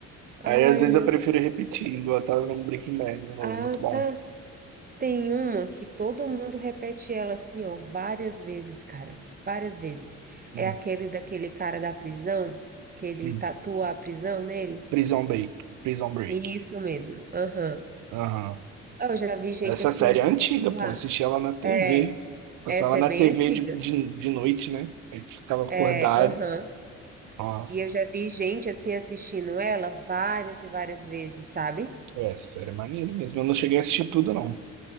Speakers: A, on the right; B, on the right.
A: Ai,
B: Aí às vezes
A: meu.
B: eu prefiro repetir, igual eu tava vendo Breaking Bad de novo.
A: Ah,
B: Muito bom.
A: tá. Tem uma que todo mundo repete ela, assim, ó, várias vezes, cara. Várias vezes.
B: Hum,
A: É aquele daquele cara da prisão, que ele
B: hum.
A: tatua a prisão nele.
B: Prison Break. Prison Break.
A: Isso mesmo. Aham.
B: Aham.
A: Eu já vi gente
B: Essa
A: assim,
B: série
A: assim,
B: é antiga,
A: sei
B: pô.
A: lá.
B: Assisti ela na TV.
A: É,
B: Passava
A: essa
B: na
A: é bem
B: TV
A: antiga.
B: de, de, de noite, né? A gente ficava acordado.
A: É, aham.
B: Nossa.
A: E eu já vi gente assim assistindo ela várias e várias vezes, sabe?
B: É, essa série é maneiro mesmo. Eu não cheguei a assistir tudo, não.